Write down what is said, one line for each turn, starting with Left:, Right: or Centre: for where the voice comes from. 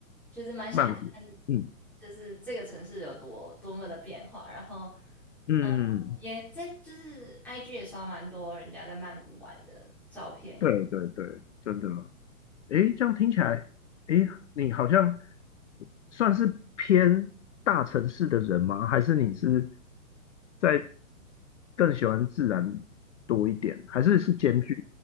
Centre: 就是蛮想看，
Left: 曼谷，嗯
Centre: 就是这个城市有多多么的变化，然后。
Left: 嗯，嗯嗯嗯
Centre: 嗯，也在就是 IG 也刷蛮多人家在曼谷玩的照片。
Left: 对对对，真的。诶，这样听起来，诶，你好像算是偏大城市的人吗？还是你是在更喜欢自然多一点？还是是兼具